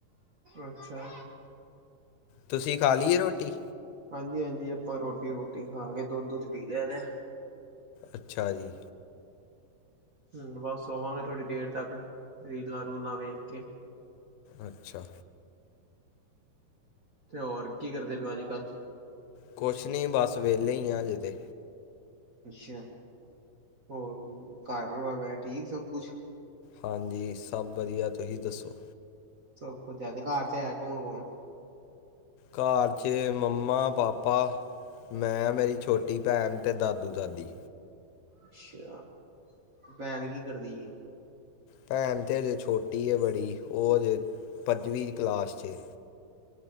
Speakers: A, on the right; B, on the left.
A: ਅੱਛਾ।
B: ਤੁਸੀਂ ਖਾ ਲੀ ਏ ਰੋਟੀ?
A: ਹਾਂਜੀ-ਹਾਂਜੀ, ਆਪਾਂ ਰੋਟੀ-ਰੂਟੀ ਖਾ ਕੇ ਦੁੱਧ-ਦੂੱਧ ਪੀ ਲਿਆ ਤੇ।
B: ਅੱਛਾ ਜੀ।
A: ਹੂੰ, ਬਸ ਸੋਵਾਂ ਗੇ ਥੋੜ੍ਹੀ ਦੇਰ ਤੱਕ ਰੀਲਾਂ-ਰੂਲਾਂ ਵੇਖ ਕੇ।
B: ਅੱਛਾ,
A: ਤੇ ਹੋਰ ਕੀ ਕਰਦੇ ਪਓ ਅੱਜ ਕੱਲ੍ਹ,
B: ਕੁਛ ਨਹੀਂ ਬਸ ਵਿਹਲੇ ਹੀ ਆ ਜਿਤੇ,
A: ਅੱਛਾ ਹੋਰ ਘਰ ਪਰਵਾਰ ਵ ਵੈਰਾ ਠੀਕ ਸਭ ਕੁਛ
B: ਹਾਂਜੀ ਸਭ ਵਧੀਆ ਤੁਸੀਂ ਦੱਸੋ?
A: ਸਬ ਵਦੀਆ ਤੇ ਘਰ ਚ ਹੈ ਕੌਣ ਕੌਣ?
B: ਘਾਰ 'ਚ ਮੰਮਾ ਪਾਪਾ ਮੈਂ ਮੇਰੀ ਛੋਟੀ ਭੈਣ ਤੇ ਦਾਦੂ ਦਾਦੀ
A: ਅੱਛਾ ਭੈਣ ਕੀ ਕਰਦੀ ਏ
B: ਭੈਣ ਤੇ ਅਜੇ ਛੋਟੀ ਹੈ ਬੜੀ ਉਹ ਅਜੇ ਪੰਜਵੀਂ ਕਲਾਸ ਚ ਏ